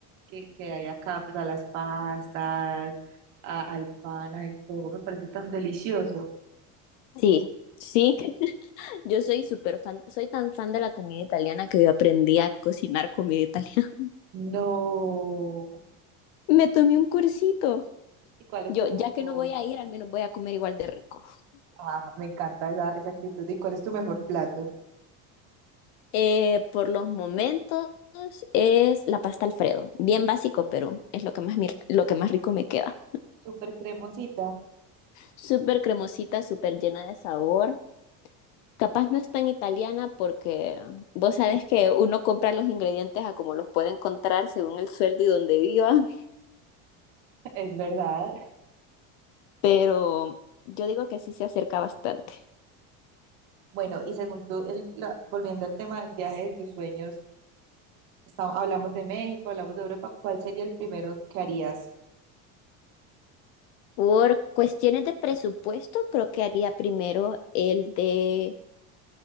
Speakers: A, on the right; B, on the left.
A: que, que hay acá, pues a las pastas, a- al pan, y todo, me parece tan delicioso.
B: Sí, sí, Yo soy súper fan, soy tan fan de la comida italiana que yo aprendí a cocinar comida italiana.
A: No.
B: <laughs> Me tomé un cursito.
A: ¿Y cuál es
B: Yo,
A: tu
B: ya
A: mejor?
B: que no voy a ir, al menos voy a comer igual de rico.
A: Ah, me encanta esa, esa actitud. ¿Y cuál es tu mejor plato?
B: Eh, por los momentos es la pasta Alfredo. Bien básico, pero es lo que más, mi- lo que más rico me queda.
A: Súper cremosita,
B: Súper cremosita, súper llena de sabor. Capaz no es tan italiana porque vos sabés que uno compra los ingredientes a como los puede encontrar según el sueldo y donde viva, <laughs>
A: <laughs> es verdad.
B: pero yo digo que sí se acerca bastante.
A: Bueno, y según tú, el- la- volviendo al tema del viaje de tus sueños, está- hablamos de México, hablamos de Europa, ¿cuál sería el primero que harías?
B: Por cuestiones de presupuesto, creo que haría primero el de,